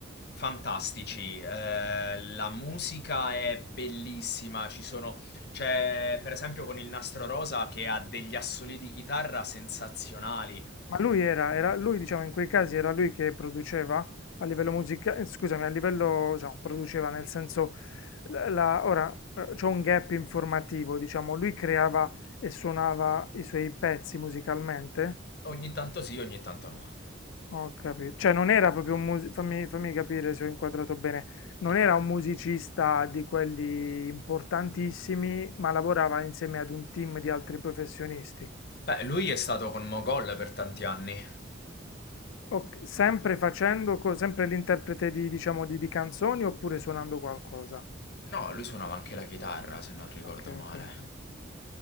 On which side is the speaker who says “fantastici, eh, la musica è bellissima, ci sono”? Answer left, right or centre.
Left